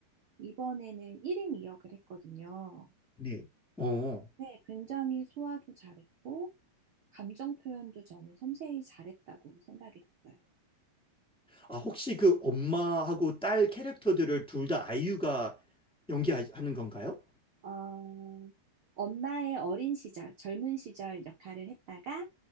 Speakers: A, on the right (about 45°); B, in the centre.
A: 이번에는 1인 이역을 했거든요.
B: 네. 어.
A: 네, 굉장히 소화도 잘했고, 감정 표현도 저는 섬세히 잘했다고 생각이 됐어요.
B: 아, 혹시 그 엄마하고 딸 캐릭터들을 둘 다 아이유가 연기하는 건가요?
A: 어, 엄마의 어린 시절, 젊은 시절 역할을 했다가